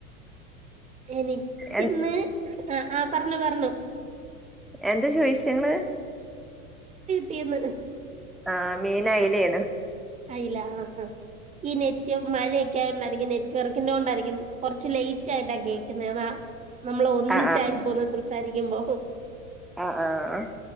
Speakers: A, on the right; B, in the centre.
A: എനിക്ക്
B: എ
A: ഇന്ന് ആ ആ പറഞ്ഞു പറഞ്ഞു
B: എന്താ ചോയിച്ചെ ഇങ്ങള്
A: ടീന്ന്
B: ആ മീൻ അയലയാണ്
A: അയില ആ ആ ഇനിത്യോം മഴയും ക്കെയായോണ്ട് ആയിരിക്കും നെറ്റ് വർക്കിൻ്റെ കൊണ്ടാരിക്കും ന്ന് കുറച്ച് ലേറ്റ് ആയിട്ടക്കെ പിന്നെ വാ നമ്മള് ഒന്നിച്ചായ്
B: ആ
A: പോ സാരിക്കുമ്പോ
B: ആ ആ ആ